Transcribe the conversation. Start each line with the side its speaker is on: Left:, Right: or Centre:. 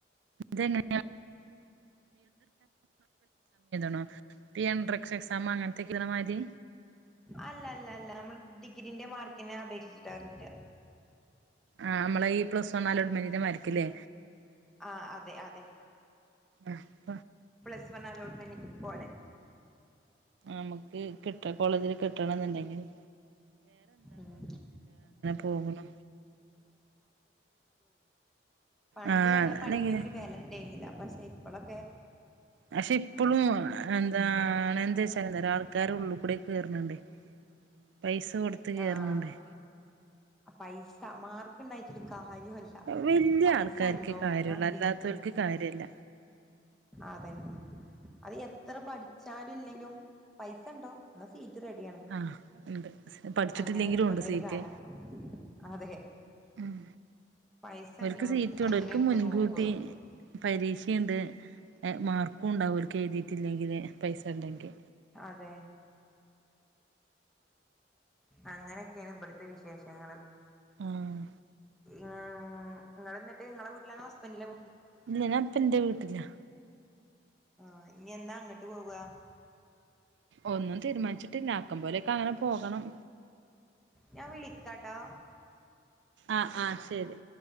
Right: അതങ്ങന ണോ എക്ഷ എക്സാം അങ്ങനത്തക്കെ മാരി
Centre: അല്ല അല്ല അല്ല നമ്മൾ ഡിഗ്രീന്റെ മാർക്കിനെ അപേക്ഷിച്ചിട്ടാ കിട്ടിയ
Right: ആ് നമ്മളെ ഈ പ്ലസ് വണ്ണാല ഉടമനീര മരരിക്കല്ലേ
Centre: ആഹ അതെ അതെ
Right: ആഹ
Centre: പ്ലസ് വൺ അലോട്ട്മെന്റ് പോരെ.
Right: അമ്മക്ക് കിട്ട കോളേജില് കിട്ടണന്നിണ്ടെങ്കില്.
Centre: ഉം.
Right: പോകുണു
Centre: പണ്ട്
Right: ആ
Centre: പറഞ്ഞാ പഠിപ്പിനൊരു
Right: അല്ലെങ്കില്
Centre: വെല ഇണ്ടേർന്നില്ല, പക്ഷെ ഇപ്പോളൊക്കെ.
Right: പക്ഷെ ഇപ്പോളും എന്താ എന്തേന്തേച്ചാല് ആൾക്കാരുള്ളൂ ഇവിടേക്ക് കേർണിണ്ടേ പൈസ കൊട്ത്ത് കേർണിണ്ടേ.
Centre: ആഹ് പൈസ, മാർക്ക് ഇണ്ടായിട്ടിട്ക്കാ. <unintelligible>
Right: വല്യ
Centre: പൈസ
Right: ആൾക്കാർക്കേ
Centre: ഇണ്ടോ
Right: കാര്യള്ളൂ
Centre: ന്നാ സീറ്റ്ണ്ട്.
Right: അല്ലാത്തോൽക്ക് കാര്യല്ല
Centre: അതന്നെ അത് എത്ര പഠിച്ചാലും ഇല്ലെങ്കിലും പൈസ ഇണ്ടോ. ന്നാ സീറ്റ് റെഡിയാണ്.
Right: ആ ഇണ്ട് പഠിച്ചിട്ടില്ലെങ്കിലും
Centre: അങ്ങനെയാണ് ഇപ്പത്തെ
Right: ഇണ്ട് സീറ്റ്,
Centre: ഒരു കാലം അതെ
Right: ഉം.
Centre: പൈസ
Right: ഓർക്ക്
Centre: ഉണ്ടോ
Right: സീറ്റുണ്ട്,
Centre: അങ്ങനെയാണ്
Right: ഓർക്ക്
Centre: ഇപ്പ
Right: മുൻകൂട്ടി
Centre: നോക്കുള്ളൂ
Right: പരീക്ഷേണ്ട്. മാർക്കും ണ്ടാവും
Centre: ഉം
Right: ഓൽക്ക് എഴുതീട്ടില്ലെങ്കില് പൈസ ഇണ്ടെങ്കി.
Centre: അതെ. അങ്ങനൊക്കെയാണ് ഇബ്ബ്ട്ത്തെ വിശേഷങ്ങള്.
Right: ആഹ്
Centre: ആ ഇങ്ങൾ ഇന്നട്ട് ഇങ്ങളെ വീട്ടിലാണോ ഹസ്ബെന്റിന്റെ
Right: ഇല്ല്യ ഞാൻ ഇപ്പം ഇന്റെ വീട്ടിലാ.
Centre: ആ ഇനി എന്നാ അങ്ങട്ട് പോവ.
Right: ഒന്നും തീരുമാനിച്ചിട്ടില്ല ആക്കം പോലെയൊക്കെ അങ്ങനെ പോകണം.
Centre: ഞാൻ വിളിക്കാട്ടാ.
Right: ആ ആ ശരി.